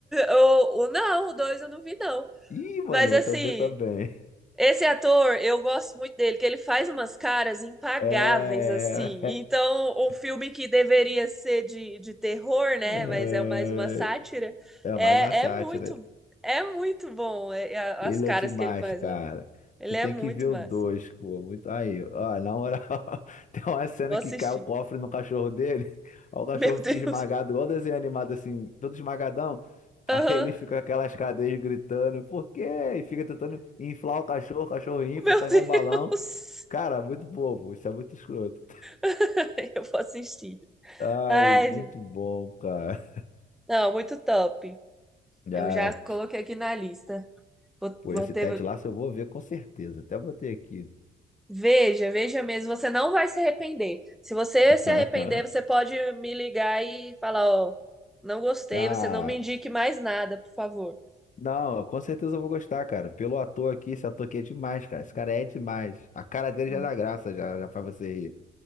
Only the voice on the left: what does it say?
<laughs> Ih,
mano,
então vê também.
É.
<laughs>
É,
é
mais uma sátira.
Ele
é demais,
cara.
Tu tem
que ver o
dois, pô. Muito... Aí, ó, na moral, <laughs> tem uma cena
que cai o cofre no cachorro dele. <laughs>
Ó, o cachorro
fica esmagado, igual desenho animado, assim, todo esmagadão. <laughs>
Aí ele fica com aquelas cadeias gritando, por quê? E fica tentando inflar o cachorro, o cachorro infla,
sai
igual um balão. Cara, muito bobo, isso é muito escroto.
<laughs> Ai,
muito bom, cara.
Ai,
pô,
esse
Ted Lasso eu vou ver com certeza. Até botei aqui.
<laughs>
Ah,
Não, com certeza eu vou gostar, cara. Pelo ator aqui, esse ator aqui é demais, cara. Esse cara é demais. A cara dele
já dá graça, já, já faz você rir.